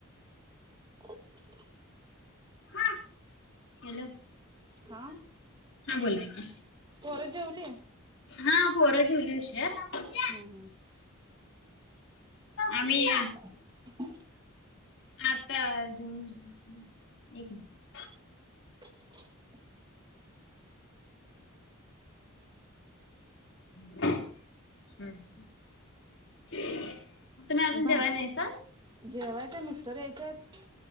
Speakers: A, on the right; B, on the left.
A: <inaudible>
B: हा हॅलो.
A: हा.
B: हा बोला की
A: पोरं जेवली?
B: हा पोर जेवली असेल.
A: हम्म हम्म.
B: आम्ही
A: <inaudible>
B: आता जून महि अस एक महि
A: <inaudible>
B: <inaudible>
A: बा
B: जेवाय नाहीसा?
A: जेवायच्या मिस्तर यायच्यात.